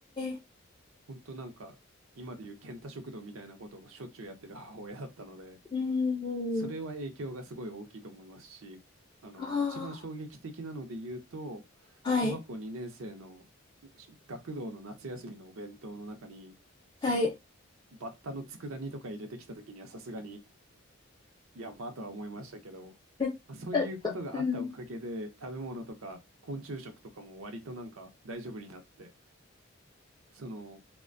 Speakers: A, on the left; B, on the right.
A: え
B: 本当なんか今でいう健太食堂みたいなことをしょっちゅうやってる母親だったので
A: うん。
B: それは影響がすごい大きいと思いますしあの一番衝撃的なので言うと小学校2年生のし学童の夏休みのお弁当の中にその
A: ああ、はい、はい。え、
B: バッタの佃煮とか入れてきた時にはさすがにやばとは思いましたけどまあそういうことがあったおかげで食べ物とか昆虫食とかも割となんか大丈夫になって
A: えっと、うん。い
B: その、